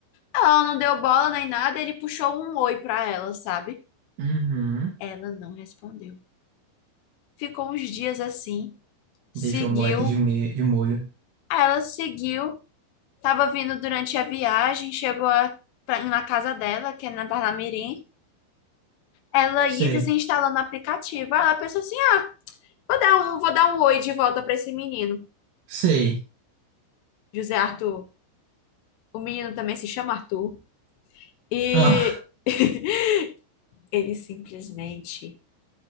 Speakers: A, on the left; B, on the right.
A: ela não deu bola nem nada, ele puxou um oi pra ela, sabe?
B: Uhum.
A: Ela não respondeu. Ficou uns dias assim, seguiu,
B: Deixou o moleque de, me... de molho.
A: aí ela seguiu, estava vindo durante a viagem, chegou a- pra- na casa dela, que é na Parnamirim. Ela
B: Sei.
A: ia desinstalando o aplicativo. Aí ela pensou assim: ah, vou dar um, vou dar um oi de volta para esse menino,
B: Sei.
A: José Arthur. O menino também se chama Arthur. E
B: Ah.
A: <laughs> ele simplesmente